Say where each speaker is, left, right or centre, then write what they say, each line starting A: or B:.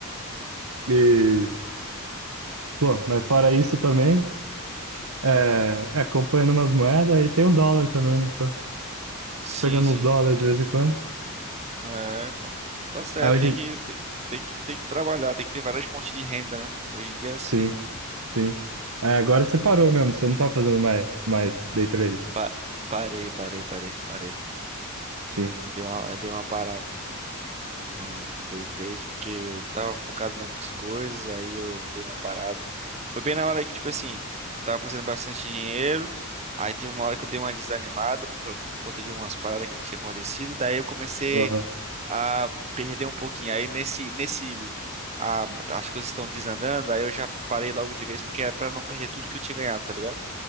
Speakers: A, on the right; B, on the right.
A: E, pô, mas fora isso também, é, é, acompanhando umas moedas e tem um dólar também, né? Tô
B: Sim,
A: pegando
B: sim.
A: uns dólares de vez em quando.
B: É, pô. Tá certo,
A: Aí hoje,
B: tem que, tem tem que, tem que trabalhar, tem que ter várias fontes de renda, né? Hoje em dia é assim.
A: sim, sim. É, agora você parou mesmo, você não tá fazendo mais, mais day trade.
B: Pa- parei, parei, parei, parei.
A: Sim,
B: Dei uma, dei uma parada no, no, no day trade, porque tava focado em outras coisas, aí eu dei uma parada. Foi bem na hora que, tipo assim, tava fazendo bastante dinheiro, aí teve uma hora que eu dei uma desanimada por, por conta de algumas paradas que tinha acontecido, daí eu comecei
A: aham,
B: a perder um pouquinho. Aí nesse, nesse, a- as coisas estão desandando, aí eu já parei logo de vez, porque era pra não perder tudo que eu tinha ganhado, tá ligado?